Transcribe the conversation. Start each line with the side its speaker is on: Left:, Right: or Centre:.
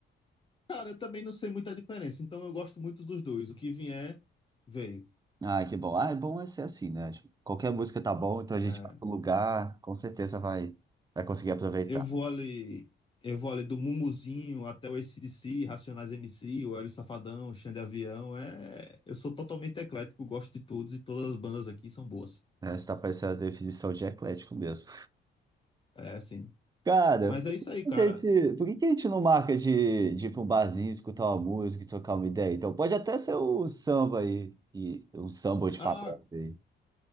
Left: cara, eu também não sei muita diferença, então eu gosto muito dos dois. O que vier, veio.
Right: Ah, que bom. Ah, é bom é ser assim, né? Tipo, qualquer música tá bom, então a gente
Left: É,
Right: vai pro lugar, com certeza vai, vai conseguir aproveitar.
Left: Eu vou ali, eu vou ali do Mumuzinho até o AC/DC, Racionais MC, o Hélio Safadão, Xande Avião. É, eu sou totalmente eclético, gosto de todos e todas as bandas aqui são boas.
Right: né? Você tá parecendo a definição de eclético mesmo.
Left: É, sim.
Right: Cara,
Left: Mas é isso aí,
Right: por
Left: cara.
Right: que a gente, por que que a gente não marca de, de ir pra um barzinho, escutar uma música e trocar uma ideia? Então, pode até ser o samba aí, e um samba de
Left: Ah,
Right: pagode aí. O